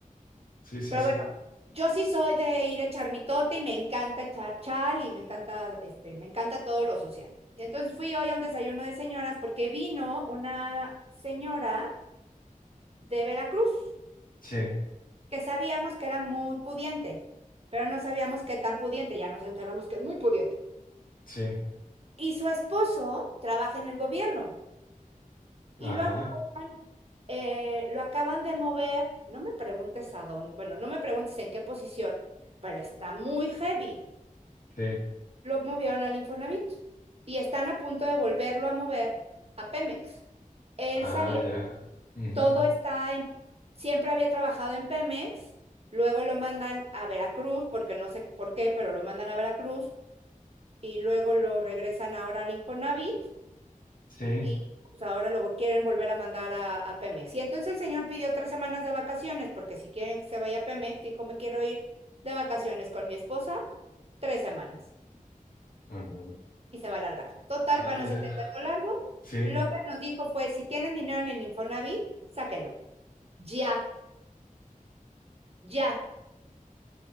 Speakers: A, on the left; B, on the right.
A: sí, sí,
B: Pero
A: sí.
B: bueno, yo sí soy de ir a echar mitote y me encanta echar chal y me encanta, este, me encanta todo lo social. Y entonces fui hoy a un desayuno de señoras porque vino una señora de Veracruz,
A: Sí,
B: que sabíamos que era muy pudiente, pero no sabíamos qué tan pudiente, ya nos enteramos que es muy pudiente.
A: sí.
B: Y su esposo trabaja en el gobierno
A: Ajá.
B: y lo acaban, eh, lo acaban de mover, no me preguntes a dónde, bueno, no me preguntes en qué posición, pero está muy heavy.
A: Sí.
B: Lo movieron al Infonavit y están a punto de volverlo a mover a Pemex. Él
A: Ah,
B: salió
A: ya. Ujú.
B: todo está en, siempre había trabajado en Pemex, luego lo mandan a Veracruz, porque no sé por qué, pero lo mandan a Veracruz y luego lo regresan ahora al Infonavit
A: Sí.
B: y pues, ahora lo quieren volver a mandar a, a Pemex. Y entonces el señor pidió tres semanas de vacaciones, porque si quieren que se vaya a Pemex, dijo, me quiero ir de vacaciones con mi esposa, tres semanas
A: Ajá.
B: y se va a alargar. Total,
A: Ah,
B: para no
A: ya.
B: se te cuento largo,
A: Sí.
B: lo que nos dijo fue, si tienen dinero en el Infonavit, sáquenlo. Ya, ya.